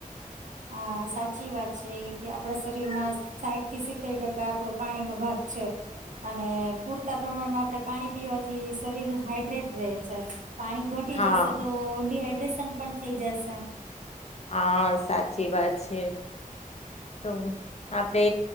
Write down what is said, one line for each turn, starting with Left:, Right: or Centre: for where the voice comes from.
Right: હા સાચી વાત છે એ કે, આપડા શરીરમાં સાઈઠથી સિત્તેર ટકા આપડો પાણીનો ભાગ છે. અને પૂરતાં પ્રમાણમાં આપડે પાણી પીવાથી શરીર હાઈડ્રેટ રહે છે. પાણી ઘટી
Left: હા
Right: જશે તો ડીહાઈડ્રેશન પણ થઈ જશે.
Left: હા સાચી વાત છે. તો આપણે